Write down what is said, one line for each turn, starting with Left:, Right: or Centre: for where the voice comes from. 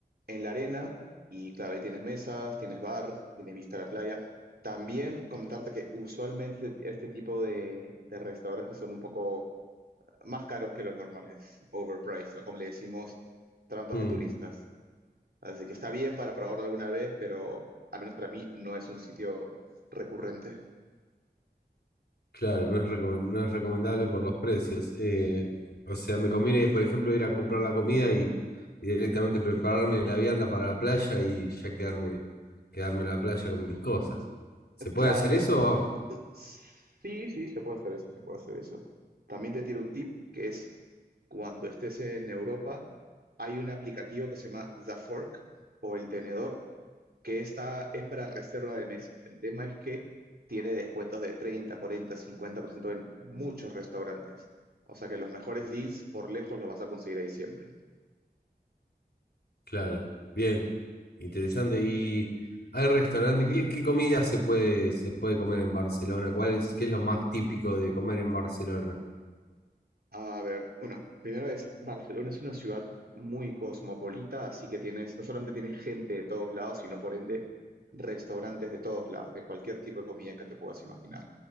Right: en la arena. Y claro, ahí tienes mesas, tienes bar, tienes vista a la playa. También comentarte que usualmente este tipo de, de restaurantes son un poco más caros que los normales, overpriced, o como le decimos, trampas
Left: Mm.
Right: de turistas. Así que está bien para probar alguna vez, pero al menos para mí no es un sitio recurrente.
Left: Claro, no es, recome- no es recomendable por los precios. Eh, o sea, me conviene, por ejemplo, ir a comprar la comida y, y directamente prepararme la vianda para la playa y ya quedarme, quedarme en la playa con mis cosas. ¿Se puede
Right: Claro,
Left: hacer eso?
Right: eh, sí, sí, se puede hacer eso, se puede hacer eso. También te tiro un tip que es cuando estés en Europa, hay un aplicativo que se llama The Fork o el tenedor, que está, es para reserva de mesas. El tema es que tiene descuentos de 30, 40, 50% en muchos restaurantes. O sea que los mejores deals por lejos los vas a conseguir ahí siempre.
Left: Claro, bien, interesante. ¿Y hay restaurante? ¿Qué, qué comida se puede, se puede comer en Barcelona? ¿Cuál es, qué es lo más típico de comer en Barcelona?
Right: A ver, bueno, primero es Barcelona es una ciudad muy cosmopolita, así que tienes, no solamente tienes gente de todos lados, sino por ende restaurantes de todos lados, de cualquier tipo de comida que te puedas imaginar.